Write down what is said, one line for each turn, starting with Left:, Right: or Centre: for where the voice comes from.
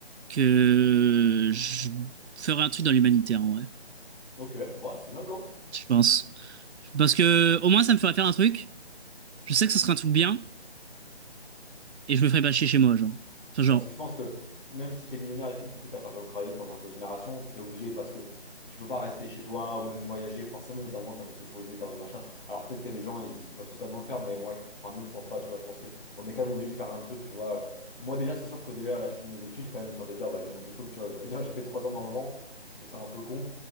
Right: que je ferai un truc dans l'humanitaire, en vrai.
Left: ok, ouais, c'est noble, hein.
Right: Je pense. Parce que, au moins, ça me fera faire un truc. Je sais que ce sera un truc bien. Et je me ferai pas chier chez moi, genre. Enfin, genre.
Left: Parce que je pense que même si t'es millionnaire et tout, du coup, t'as pas besoin de travailler pendant des générations, t'es obligé parce que tu peux pas rester chez toi ou même voyager, forcément, au bout d'un moment, t'as envie de te poser, t'as envie de machin. Alors peut-être qu'il y a des gens, ils, ils peuvent totalement le faire, mais moi, je- enfin, nous, je pense pas, tu vois, je pense que on est quand même obligé de faire un truc, tu vois. Moi, déjà, c'est sûr que déjà, là, je finis mes études, quand même, histoire de dire, bah, j'ai mon diplôme, tu vois, pas dire, j'ai fait trois ans dans le vent, je trouve ça un peu con.